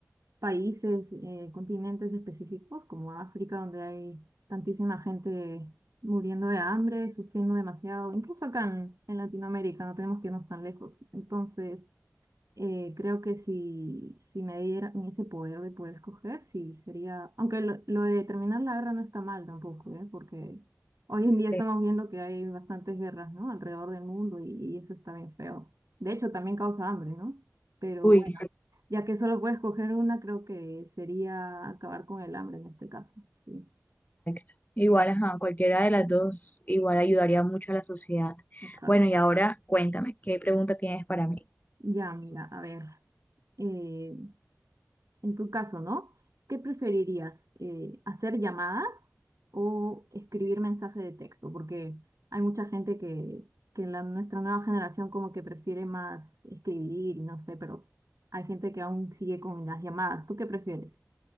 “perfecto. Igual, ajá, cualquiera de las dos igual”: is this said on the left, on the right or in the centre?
Left